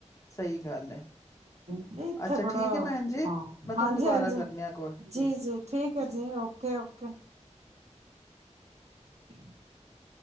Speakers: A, on the left; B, on the right.
A: ਸਹੀ ਗੱਲ ਹੈ।
B: ਨਹੀਂ ਇੱਥੇ
A: ਅੱਛਾ
B: ਬੜਾ,
A: ਠੀਕ ਹੈ ਭੈਣ ਜੀ
B: ਹਾਂ
A: ਮੈਂ ਤੁਹਾਨੂੰ
B: ਹਾਂਜੀ-ਹਾਂਜੀ
A: ਦੁਬਾਰਾ ਕਰਨੀ ਆ ਕੋਲ
B: ਜੀ
A: ਠੀਕ
B: ਜੀ ਠੀਕ ਹੈ ਜੀ ਓਕੇ-ਓਕੇ। <inaudible>